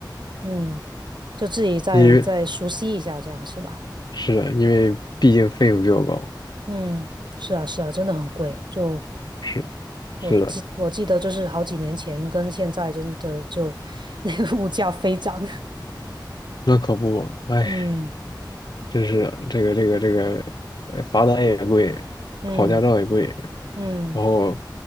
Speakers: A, on the right; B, on the left.
A: 嗯，就自己再再熟悉一下，
B: 因为
A: 这样是吧？
B: 是的，因为毕竟费用比较高。
A: 嗯，是啊，是啊，真的很贵。就
B: 是，是的，
A: 我记我记得，就是好几年前跟现在，真的就 <laughs> 那个物价飞涨。
B: 那可不嘛，哎，
A: <laughs> 嗯
B: 真是的这个这个这个，呃罚单也贵，
A: 嗯
B: 考驾照也贵，
A: 嗯。
B: 然后